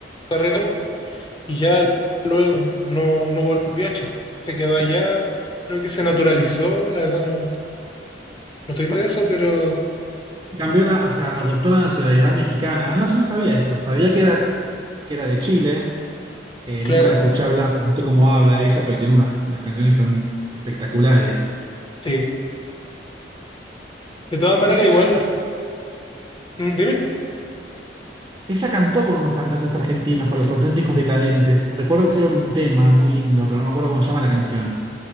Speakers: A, on the left; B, on the right.
A: carrera y ya no, no volvió a Chile. Se quedó allá, creo que se naturalizó, la verdad no, no estoy todo de eso, pero
B: Cambió la, o sea, adoptó la nacionalidad mexicana. No, yo no sabía eso. Sabía que era, que era de Chile. eh,
A: claro,
B: nunca la escuché hablar. No sé cómo habla ella, pero tiene unas, unas canciones que son espectaculares.
A: sí. De todas maneras,
B: De hecho,
A: igual,
B: ella, can-
A: mm, dime.
B: ella cantó con unos cantantes argentinos, con los auténticos decadentes. Recuerdo que hicieron un tema muy lindo, pero no me acuerdo cómo se llama la canción.